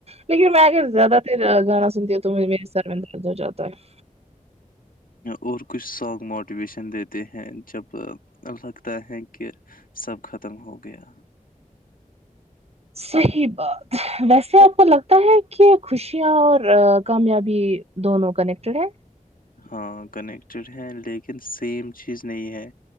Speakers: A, on the right; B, on the left.
A: لیکن میں اگر زیادہ تر گانا سنتی ہوں تو مے سر میں درد ہو جاتا ت <inaudible>
B: اور کچھ سانگ موٹیویشن دیتے ہیں جب لگتا ہے کہ سب ختم ہو گیا
A: صحیح بات ویسے کو لگتا ہے کہ خوشیاں اور کامیابی دونوں کنیکٹیڈ ہے
B: ہاں کنیکٹیڈ ہیں لیکن سیم چیز نہیں ہے